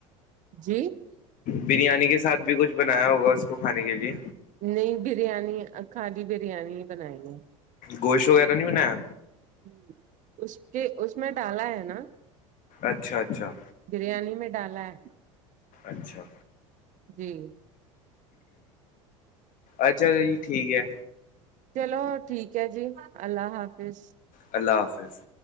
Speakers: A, on the right; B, on the left.
A: جی
B: بریانی کے ساتھ بھی کچھ بنایا ہوگا اس کو کھانے کے لیے
A: نہیں بریانی خالی بریانی ہی بنائی ہے
B: گوشت وغیرہ نہیں بنایا
A: ہ اس کے اس میں ڈالا ہے نا
B: اچھا اچھا
A: بریانی میں ڈالا ہے
B: اچھا
A: جی
B: اچھا جی ٹھیک ہے
A: چلو ٹھیک ہے جی اللہ حافظ
B: اللہ حافظ